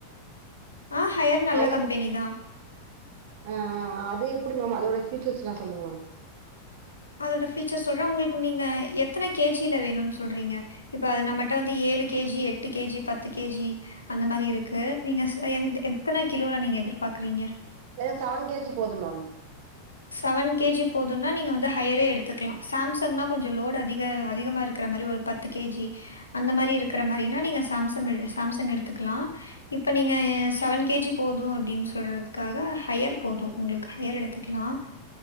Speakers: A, on the left; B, on the right.
A: ஆ ஹையர் நல்ல
B: ஹயரு
A: கம்பெனி தான்.
B: ஆ அது எப்டி மேம் அதோட ஃபுயூச்சர்ஸ்லா சொல்லுங்க மேம்
A: அதோட ஃபியூச்சர் சொல்ற உங்ளுக்கு நீங்க எத்தன கே ஜி ல வேணுன் சொல்றீங்க இப்ப அது நம்மட்ட வந்து ஏழு கே ஜி எட்டு கே ஜி பத் து கே ஜி அந்த மாரி இருக்கு நீங்க சொ எந் எத்தன கிலோல நீங்க எதிர்பாக்குறீங்க
B: எனக் சவன் கே ஜி போது மேம்
A: சவன் கே ஜி போதுனா நீங்க வந்து ஹயரே எடுத்துக்லா சாம்சங்னா கொஞ்சோ லோடு அதிக அதிகமா இருக்கிற மாரி ஒரு பத்து கே ஜி அந்த மாரி இருக்கிற மாரினா நீங்கள் சாம்சம்மு சாம்சங் எடுத்துக்குலா இப்ப நீங்க சவன் கே ஜி போது அப்டின் சொல்றதுக்காக ஹையர் போது உங்ளுக் ஹயர் எடுத்துக்குலா